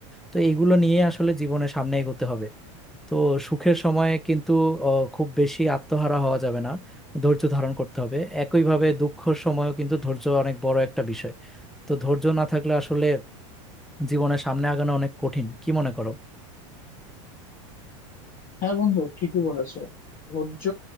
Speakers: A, in the centre; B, on the left.
A: তো এগুলো নিয়ে আসলে জীবনে সামনে এগোতে হবে তো সুখের সময়ে কিন্তু আহ, খুব বেশি আত্মহারা হওয়া যাবে না ধৈর্য ধারণ করতে হবে একইভাবে দুঃখের সময়ও কিন্তু ধৈর্য অনেক বড় একটা বিষয় তো ধৈর্য না থাকলে আসলে জীবনে সামনে আগানো অনেক কঠিন কি মনে করো
B: হ্যাঁ বন্ধু ঠিকই বলেছো ধৈর্য